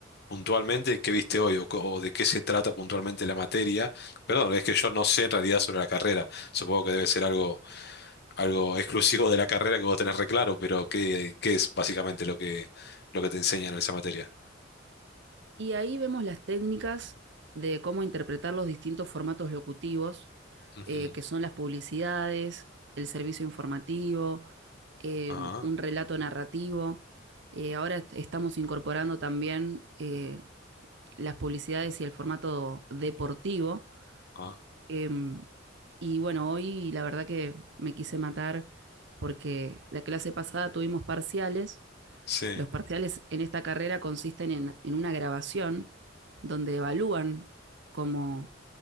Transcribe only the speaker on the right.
Y ahí vemos las técnicas de cómo interpretar los distintos formatos locutivos,
eh, que son las publicidades, el servicio informativo, eh,
un relato narrativo. Eh, ahora estamos incorporando también eh, las publicidades y el formato deportivo.
Em, y bueno, hoy la verdad que me quise matar porque la clase pasada tuvimos parciales
los parciales en esta carrera consisten en, en una grabación donde evalúan cómo,